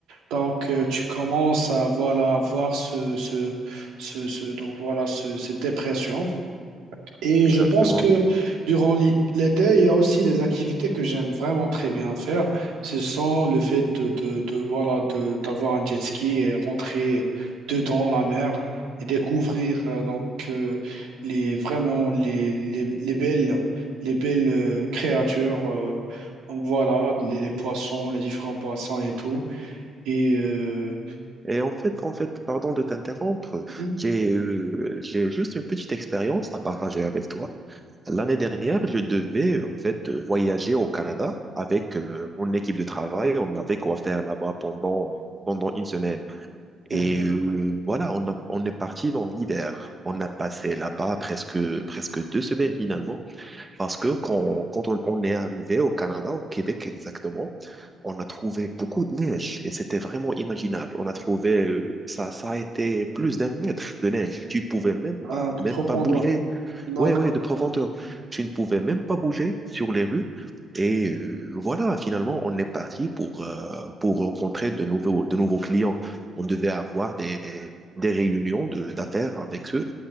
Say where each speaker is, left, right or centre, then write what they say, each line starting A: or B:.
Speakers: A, on the right; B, on the right.
A: Donc, euh, tu commences à voilà, avoir ce, ce, ce, ce- donc, voilà, ce- cette dépression. Et
B: Exactement.
A: je pense que durant l'hi- l'été, il y a aussi des activités que j'aime vraiment très bien faire. Ce sont le fait de, de, de, voilà, de, d'avoir un jet ski et rentrer dedans la mer et découvrir euh, donc euh, les vraiment les, les, les belles les belles euh, créatures. euh, donc voilà, les, les poissons, les différents poissons et tout. Et euh,
B: Et en fait, en fait, pardon de t'interrompre,
A: mhm,
B: j'ai, euh, j'ai juste une petite expérience à partager avec toi. L'année dernière, je devais en fait voyager au Canada avec euh, mon équipe de travail. On avait quoi faire là-bas pendant pendant une semaine.
A: mhm.
B: Et euh, voilà, on a- on est parti dans l'hiver. On a passé là-bas presque presque deux semaines finalement, parce que quand quand on, on est arrivé au Canada, au Québec exactement, on a trouvé beaucoup de neige et c'était vraiment imaginable. On a trouvé euh, ça ça a été plus d'un mètre de neige. Tu pouvais même
A: Ah,
B: pas
A: de
B: même
A: profondeur.
B: pas bouger
A: D'accord.
B: Ouais, ouais, de profondeur. Je ne pouvais même pas bouger sur les rues. Et euh, voilà, finalement, on est parti pour, euh, pour rencontrer de nouveaux, de nouveaux clients. On devait avoir des, des, des réunions de, d'affaires avec eux.